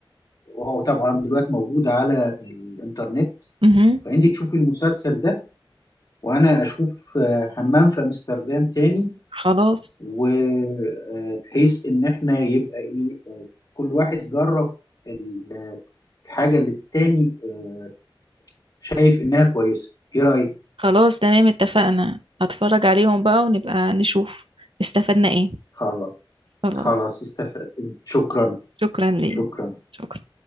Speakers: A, on the left (about 45°); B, on the right (about 80°).
A: وهو طبعا دلوقتي موجود على الانترنت
B: مهم.
A: فانت تشوفي المسلسل ده وانا اشوف آه، همام في امستردام تاني
B: خلاص
A: وبحيث ان احنا يبقى ايه آه، كل واحد جرب ال- الحاجه اللي التاني آه، شايف انها كويسه ايه رايك
B: خلاص تمام اتفقنا هتفرج عليهم بقى ونبقى نشوف استفدنا ايه
A: خلاص
B: خلاص
A: خلاص استفدت شكرا
B: شكرا ليك
A: شكرا
B: شكرا